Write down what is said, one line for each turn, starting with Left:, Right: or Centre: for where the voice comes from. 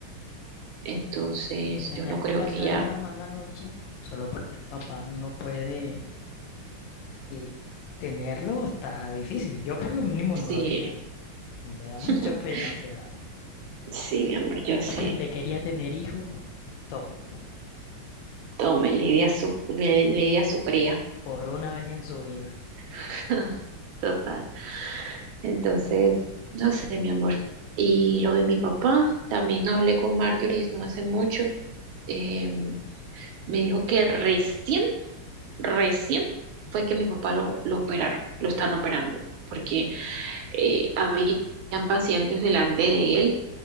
Right: Entonces,
Left: y tener
Right: yo no creo
Left: que pasar
Right: que ella,
Left: una mala noche solo porque el papá no puede y tenerlo está difícil. Yo por lo mínimo
Right: sí,
Left: no lo haría. Me da
Right: <laughs>
Left: mucha pena. O sea,
Right: sí, mi amor, yo sé.
Left: papi, usted quería tener hijo, tome,
Right: Tome, Lidia su, Lidia su cría.
Left: por una vez en su vida.
Right: <laughs> Total. Entonces, no sé, mi amor. Y lo de mi papá, también hablé con Marjorie no hace mucho. Eh, me dijo que recién, recién fue que mi papá lo, lo operaron, lo están operando, porque eh, habían pacientes delante de él.